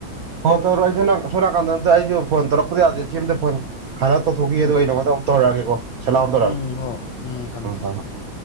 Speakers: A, on the right; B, on the left.
A: ꯍ ꯇꯧ ꯑꯩ ꯁꯣꯅꯥ ꯀꯥꯟꯗ ꯐꯣꯟ ꯇꯧꯣ ꯀ ꯁꯤ ꯐꯣꯟ ꯍꯥꯟꯅ ꯇꯧꯊꯣꯛꯈꯤ
B: ꯎꯝ
A: ꯑꯗ ꯑꯩ ꯅꯉꯣꯟꯗꯨ ꯇꯧꯛꯑꯒꯦꯣ ꯆꯂꯗꯔꯔ
B: ꯎꯝ ꯍꯣ ꯎꯝ ꯊꯝꯃꯦ ꯊꯝꯃꯦ
A: ꯇ
B: ꯎꯝ